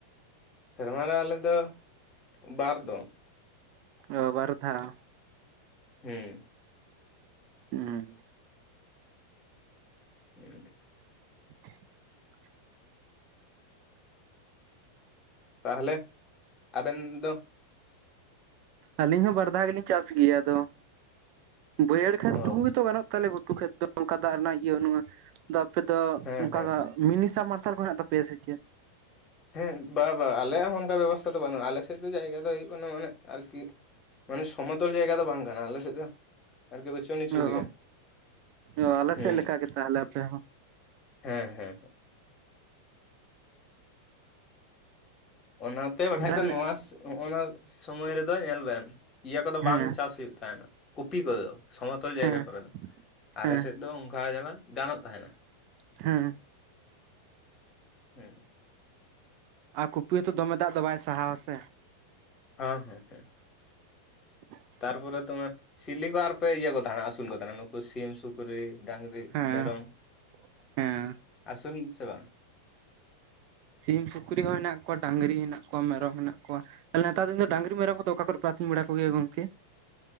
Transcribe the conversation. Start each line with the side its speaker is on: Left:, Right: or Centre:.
Left: ᱥᱮᱨᱢᱟ ᱨᱮ ᱟᱞᱮ ᱫᱚ ᱵᱟᱨ ᱫᱚ।
Right: ᱚ ᱵᱟᱨ ᱫᱷᱟᱣ।
Left: ᱦᱩᱸ।
Right: ᱚᱸ,
Left: <unintelligible>
Right: <inaudible>
Left: ᱛᱟᱦᱚᱞᱮ ᱟᱵᱮᱱ ᱫᱚ
Right: ᱟᱹᱞᱤᱧ ᱦᱚᱸ ᱵᱟᱨ ᱫᱷᱟᱣ ᱜᱮᱞᱤᱧ ᱪᱟᱥ ᱜᱮᱭᱟ ᱟᱫᱚ ᱵᱟᱹᱭᱦᱟᱹᱲ ᱠᱷᱮᱛ
Left: ᱚ
Right: ᱴᱩᱠᱩ ᱜᱮᱛᱚ ᱜᱟᱱᱚᱜ ᱛᱟᱞᱮ ᱜᱷᱩᱴᱩ ᱠᱷᱮᱛ ᱫᱚ ᱚᱱᱠᱟ ᱫᱟᱜ ᱨᱮᱱᱟᱜ ᱤᱭᱟᱹ ᱵᱟᱹᱱᱩᱜᱼᱟ। ᱟᱯᱮ ᱫᱚ
Left: ᱦᱮᱸ
Right: ᱚᱱᱠᱟ
Left: ᱦᱮᱸ
Right: ᱫᱚ ᱢᱤᱱᱤ ᱥᱟᱵ ᱢᱟᱨᱥᱟᱞ ᱠᱚ ᱦᱮᱱᱟᱜ ᱛᱟᱯᱮᱭᱟ ᱥᱮ ᱪᱮᱫ?
Left: ᱦᱮᱸ ᱵᱟ ᱵᱟ ᱟᱞᱮᱭᱟᱜ ᱦᱚᱸ ᱚᱱᱠᱟ ᱵᱮᱵᱚᱛᱷᱟ ᱫᱚ ᱵᱟᱹᱱᱩᱜᱼᱟ ᱟᱞᱮ ᱥᱮᱫ ᱫᱚ ᱡᱟᱭᱜᱟ ᱫᱚ ᱦᱩᱭᱩᱜ ᱠᱟᱱᱟ ᱢᱟᱱᱮ ᱟᱨᱠᱤ ᱢᱟᱱᱮ ᱥᱚᱢᱚᱛᱚᱞ ᱡᱟᱭᱜᱟ ᱫᱚ ᱵᱟᱝ ᱠᱟᱱᱟ, ᱟᱞᱮ ᱥᱮᱫ ᱫᱚ ᱟᱨᱠᱤ ᱩᱪᱩ ᱱᱤᱪᱩ
Right: ᱚ
Left: ᱜᱮᱭᱟ।
Right: ᱚ ᱟᱞᱮ
Left: ᱦᱩᱸ
Right: ᱥᱮᱫ ᱞᱮᱠᱟ ᱜᱮ ᱛᱟᱦᱚᱞᱮ ᱟᱯᱮ ᱦᱚᱸ।
Left: ᱦᱮᱸ ᱦᱮᱸ ᱦᱮᱸ᱾ ᱚᱱᱟᱛᱮ ᱵᱟᱲᱟᱭ
Right: ᱛᱟᱦᱚᱞᱮ
Left: ᱫᱚ ᱱᱚᱣᱟ ᱦᱚᱜ ᱱᱚᱣᱟ ᱥᱚᱢᱚᱭ ᱨᱮᱫᱚ ᱧᱮᱞ ᱵᱮᱱ। ᱤᱭᱟᱹ ᱠᱚᱫᱚ
Right: ᱦᱮᱸ
Left: ᱵᱟᱝ ᱪᱟᱥ ᱦᱩᱭᱩᱜ ᱛᱟᱦᱮᱱᱟ ᱠᱩᱯᱤ ᱠᱚᱫᱚ᱾ ᱥᱚᱢᱚᱛᱚᱞ
Right: ᱦᱮᱸ
Left: ᱡᱟᱭᱜᱟ ᱠᱚᱨᱮ ᱫᱚ, ᱟᱞᱮ
Right: ᱦᱮᱸ
Left: ᱥᱮᱫ ᱫᱚ ᱚᱱᱠᱟ ᱡᱟᱞᱟ ᱜᱟᱱᱚᱜ ᱛᱟᱦᱮᱱᱟ᱾
Right: ᱦᱮᱸ
Left: ᱦᱮᱸ᱾
Right: ᱟᱨ ᱠᱩᱯᱤ ᱦᱚᱸᱛᱚ ᱫᱚᱢᱮ ᱫᱟᱜ ᱫᱚ ᱵᱟᱭ ᱥᱟᱦᱟᱣᱟ ᱥᱮ᱾
Left: ᱦᱮᱸ ᱦᱮᱸ ᱦᱮᱸ᱾
Right: <inaudible>
Left: ᱛᱟᱨᱯᱚᱨᱮ ᱛᱚᱢᱟᱨ ᱥᱤᱞᱤ ᱠᱚ ᱟᱨᱯᱮ ᱤᱭᱟᱹ ᱠᱚ ᱛᱟᱦᱮᱱᱟ, ᱟᱹᱥᱩᱞ ᱠᱚ ᱛᱟᱦᱮᱱᱟ? ᱱᱩᱠᱩ ᱥᱤᱢ ᱥᱩᱠᱨᱤ ᱰᱟᱝ ᱨᱤ
Right: ᱦᱮᱸ
Left: ᱢᱮᱨᱚᱢ
Right: ᱦᱮᱸ
Left: ᱟᱹᱥᱩᱞ ᱥᱮ ᱵᱟᱝ?
Right: ᱥᱤᱢ ᱥᱩᱠᱨᱤ ᱦᱚᱸ ᱦᱮᱱᱟᱜ ᱠᱚᱣᱟ, ᱰᱟᱝᱨᱤ ᱦᱮᱱᱟᱜ ᱠᱚᱣᱟ, ᱢᱮᱨᱚᱢ ᱦᱮᱱᱟᱜ ᱠᱚᱣᱟ᱾ ᱛᱟᱦᱚᱞᱮ ᱱᱮᱛᱟᱨ ᱫᱤᱱ ᱫᱚ ᱰᱟᱝᱨᱤ ᱢᱮᱨᱚᱢ ᱠᱚᱫᱚ ᱚᱠᱟ ᱠᱚᱨᱮᱯᱮ ᱟᱹᱛᱤᱧ ᱵᱟᱲᱟ ᱠᱚᱜᱮᱭᱟ ᱜᱚᱢᱠᱮ?